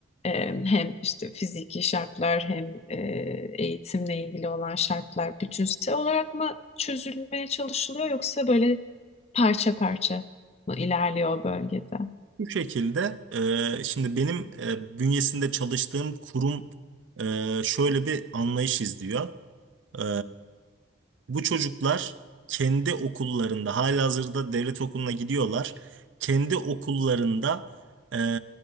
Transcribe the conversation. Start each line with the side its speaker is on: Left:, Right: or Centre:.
Left: e, hem işte fiziki şartlar hem e, eğitimle ilgili olan şartlar bütünsel olarak mı çözülmeye çalışılıyor yoksa böyle parça parça? Bu ilerliyor o bölgede.
Right: Bu şekilde e, şimdi benim e, bünyesinde çalıştığım kurum e, şöyle bir anlayış izliyor. Ee, Bu çocuklar kendi okullarında halihazırda devlet okuluna gidiyorlar. Kendi okullarında eee,